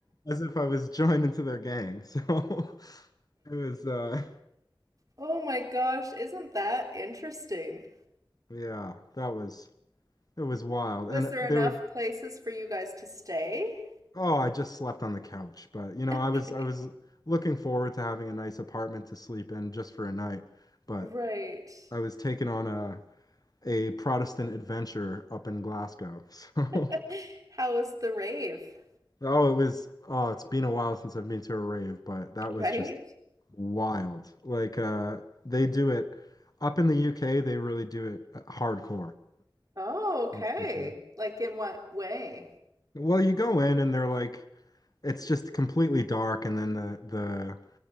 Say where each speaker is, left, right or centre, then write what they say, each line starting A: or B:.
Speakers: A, on the left (about 50°); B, on the right (about 45°).
A: as if I was joined into their gang. So <laughs> it was, uh,
B: Oh my gosh, isn't that interesting?
A: yeah, that was it was wild,
B: Was
A: and
B: there
A: they
B: enough
A: were
B: places for you guys to stay?
A: Oh, I just slept on the couch, but you know,
B: <laughs> Okay.
A: I was I was looking forward to having a nice apartment to sleep in just for a night, but
B: Right.
A: I was taken on a a Protestant adventure up in Glasgow. <laughs>
B: <laughs> How was the rave?
A: So, oh, it was oh, it's been a while since I've been to a rave, but that was
B: Right?
A: just wild. Like uh they do it up in the UK, they really do it uh, hardcore.
B: Oh, okay.
A: That's for sure.
B: Like in what way?
A: Well, you go in and they're like it's just completely dark and then the the